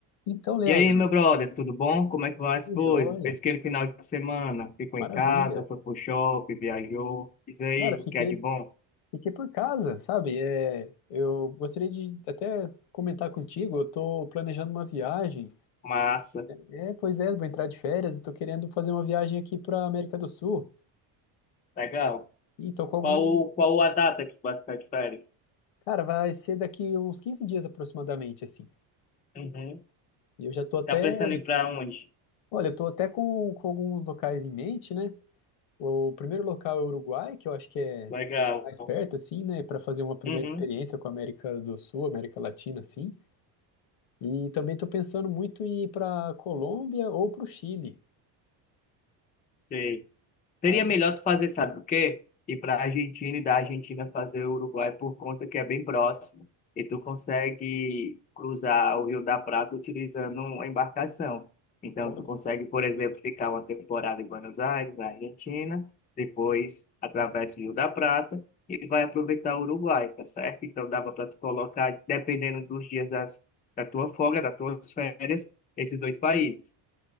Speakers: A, on the left (about 75°); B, on the left (about 20°).
A: Então, Leandro,
B: E aí, meu brother, tudo bom? Como é que vão as
A: tudo
B: coisas?
A: jóia,
B: Fez aquele final de semana? Ficou
A: maravilha.
B: em casa, foi pro shopping, viajou. Diz aí,
A: Cara, fiquei,
B: o que é de bom?
A: fiquei por casa, sabe? É, eu gostaria de até comentar contigo, eu tô planejando uma viagem.
B: Massa.
A: É, pois é, vou entrar de férias e tô querendo fazer uma viagem aqui pra América do Sul.
B: Legal.
A: E tô com algum...
B: Qual, qual a data que tu vai ficar de férias?
A: Cara, vai ser daqui uns 15 dias aproximadamente, assim.
B: Uhum.
A: E eu já tô até...
B: Tá pensando em ir pra onde?
A: Olha, eu tô até com, com alguns locais em mente, né? O primeiro local é o Uruguai, que eu acho que é
B: Legal.
A: mais perto, assim, né, para fazer uma primeira
B: Uhum.
A: experiência com a América do Sul, América Latina, assim. E também estou pensando muito em ir para Colômbia ou para o Chile.
B: Sei. Seria
A: Aí,
B: melhor tu fazer, sabe o quê? Ir para a Argentina e da Argentina fazer o Uruguai por conta que é bem próximo. E tu consegue cruzar o Rio da Prata utilizando uma embarcação. Então,
A: olha,
B: tu consegue, por exemplo, ficar uma temporada em Buenos Aires, na Argentina, depois atravessa o Rio da Prata e vai aproveitar o Uruguai, tá certo? Então, dava para tu colocar, dependendo dos dias das, da tua folga, das tuas férias, esses dois países.